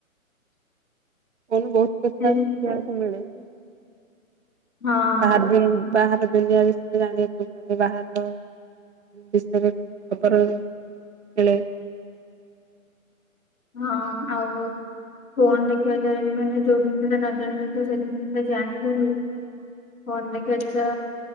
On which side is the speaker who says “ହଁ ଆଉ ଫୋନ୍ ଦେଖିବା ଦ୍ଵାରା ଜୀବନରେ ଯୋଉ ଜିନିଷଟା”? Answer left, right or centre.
Left